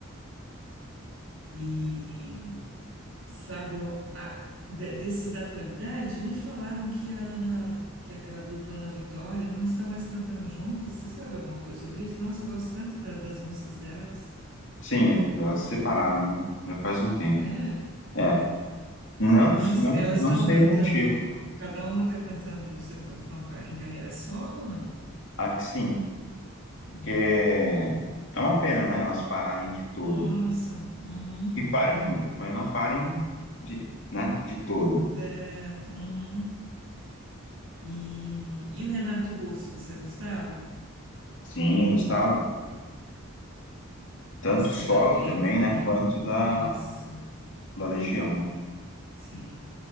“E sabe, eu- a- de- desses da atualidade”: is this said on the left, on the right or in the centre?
Right